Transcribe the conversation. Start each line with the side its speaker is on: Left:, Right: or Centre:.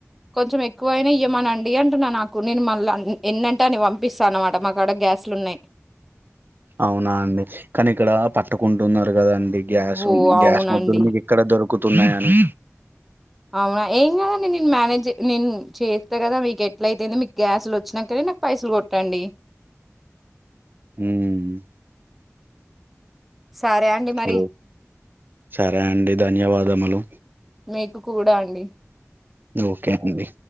Centre: కొంచెం ఎక్కువైనా ఇవ్వమనండి అంటున్నా నా నాకు నేను మళ్ళీ ఎన్నంటే అని పంపిస్తాను అన్నమాట మాకడా గ్యాస్లు ఉన్నాయి
Right: అవునా అండి కానీ ఇక్కడ పట్టుకుంటున్నారు కదాండి గ్యాస్
Centre: ఓ అవునండి
Right: గ్యాస్ మొదు మీకు ఎక్కడ దొరుకుంది తక్కుతున్నాయని
Centre: అవునా ఏం కదండి నేను మేనేజ్ నేను చేస్తా కదా మీకు ఎట్ల అయితే మీకు గ్యాసులు వచ్చినాకే నాకు పైసలు కొట్టండి
Right: హ్మ్
Centre: సరే అండి మరి
Right: ఓ సరే అండి ధన్యవాదములు
Centre: మీకు కూడా అండి
Right: ఓకే అండీ